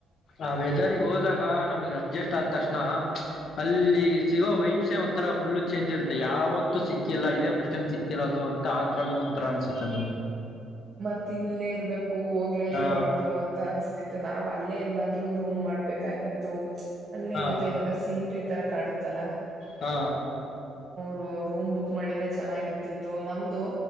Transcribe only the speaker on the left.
ಅ ವೆದರಿಗ್ ಹೋದಾಗ ನಮಗ್ ಅಡ್ಜಸ್ಟ್ <unintelligible> ಅಲ್ಲಿ ಸಿಗೋ ವೈಪ್ಸೆ ಒಂಥರ ಫುಲ್ ಚೇಂಜ್ ಇರುತ್ತೆ ಯಾವತ್ತು ಸಿಕ್ಕಿಲ್ಲ ಇದೇ ಫಸ್ಟ್ ಟೈಮ್ ಸಿಕ್ತಿರೋದು ಅಂತ ಆತರನು ಒಂರ ಅನ್ಸುತ್ತೆ ನಮಗೇ.
ಹಾ
ಹಾ
ಹಾ.